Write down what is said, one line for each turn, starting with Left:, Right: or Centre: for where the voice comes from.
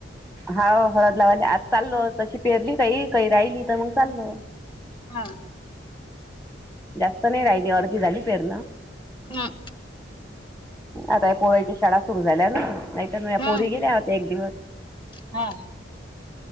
Centre: हाव हळद लावाले आज चाललो तशी पेरली काही काही राहिली तर मग चाललो.
Left: हा.
Centre: जास्त नाही राहिली अर्धी झाली पेरन.
Left: हम्म.
Centre: आता या पोऱ्याची शाळा सुरु झाल्या ना, नाहीतर या
Left: हम्म
Centre: पोरी गेल्या होत्या एक दिवस.
Left: हा.